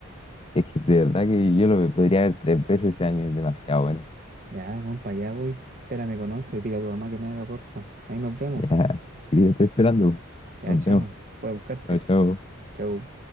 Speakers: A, on the left (about 25°); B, on the right (about 40°).
A: Es que de verdad que yo lo podría ver tres veces este año, es demasiado bueno.
B: Ya, weón, para allá voy. Espérame con once, dile a tu mamá que me haga porfa. Ahí nos vemos.
A: Ya, y te estoy esperando.
B: Ya,
A: Nos
B: chao.
A: vemos.
B: Voy a buscarte.
A: Chao, chao.
B: Chao.